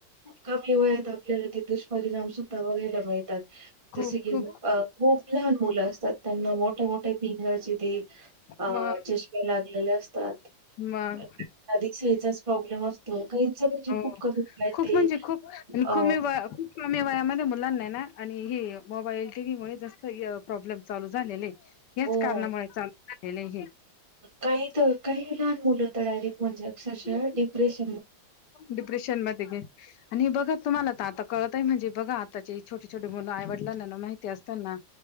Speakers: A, on the right; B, on the left.
A: खूप कमी वयात आपल्याला त दुष् परिणाम सुद्धा वगैरेर वैताग
B: खूप
A: जसे की
B: खूप
A: अं खूप लहान मुलं असतात. त्यांना मोठे मोठे पिंगाचे तेे
B: मग
A: अं चिश्के लागलेले अस <inaudible> अधिक
B: मग
A: साहिचाच प्रॉब्लेम असतो. काहीच म्हणजे
B: हो
A: खूप कमी
B: खूप
A: ते
B: म्हणजे खूप
A: अ,
B: कमी व खूप कमी वयामध्ये मुलांना ना आणि हे मोबाईल टी व्ही मुळेच जास्त य प्रॉब्लेम चालू झालेलेय. याच
A: हो.
B: कारणामुळे चाल एलर्जी
A: काही त काही लहान मुलं तर डायरेक्ट म्हणजे अक्षरशा डिप्रेश
B: डिप्रेशन मध्येे गे आणि बघा तुम्हाला तर आता कळत ते म्हणजे बघा आताचे छोटे छोटे मुलं आईवडलांना न माहिती असताना